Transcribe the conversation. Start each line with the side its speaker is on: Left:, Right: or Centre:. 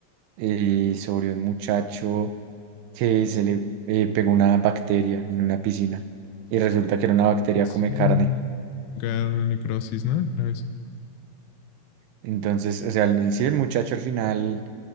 Right: eh, sobre un muchacho que se le eh, pegó una bacteria en una piscina y resulta que era una bacteria
Left: Sí,
Right: come carne.
Left: como que necrosis, ¿no? Claro,
Right: Entonces, o sea, el- sí, el muchacho al final,